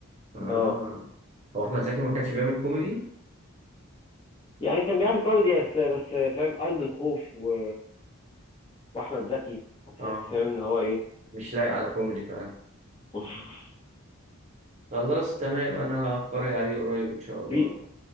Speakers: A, on the right; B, on the left.
A: اه
B: اه
A: هو احمد زكي ما كانش بيعمل كوميدي
B: يعني كان بيعمل كوميدي بس بس فاهم ارض الخوف و... واحمد زكي هتحس
A: اه
B: فاهم ان هو ايه
A: مش لايق على كوميدي فعلا
B: <laughs>
A: خلاص تمام انا هتفرج عليه قريب ان شاء الله
B: في